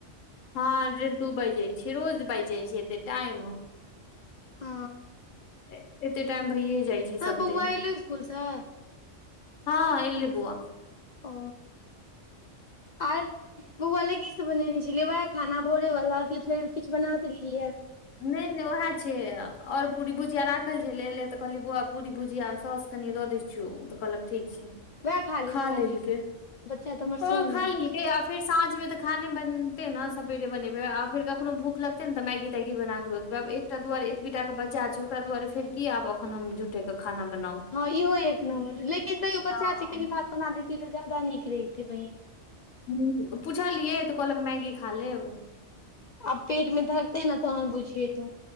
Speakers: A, on the left; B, on the left.
A: हँ डेढ दू बाइज जाइ छै रोज बाइज जाइ छै ऽते टाइम।
B: ओ।
A: एऽते टाइम भइए जाइ छै
B: तब
A: सब
B: बौआ
A: दिन।
B: एलौ स्कूलसँ
A: हँ एलै बउआ।
B: O R. बउआ लै की सब बनेने छलियै वएह खाना भोरे वाला की फेर किछ बना देलियै या।
A: नहि नहि उएह छै आओर पूरी भुजिया राखल छैे तऽ कहलियै बौआ पूरी भुजिया सौस। कनि दऽ दै छियौ ओ तऽ कहलक ठीक छै।
B: वएह लेलकै
A: खा लेलके
B: बच्चा तऽ हमर
A: हं
B: सोन
A: खा
B: अइ
A: लेलके आब। फेर साँझ में त खाने बनतै न सबेरे बनेबे आ फेर कखनो भूख लगते न त मैगी -तैगी बना। ब एकटा दुआरे एतबी टा के बचा छै ओकरा दुआरे फेरी आब अख हम झुूटे के खाना बनाउ।
B: हँ इहो एक नमर लेकिन तैयो बच्चा
A: हँ
B: छै कनि भात बना दैतीये तऽ ज्यादा नीक लगतै बहिन।
A: हूं पूछलियै तऽ कहलक मैगी खा लेब।
B: आब पेट मे धरते ने तहन बुझिये तू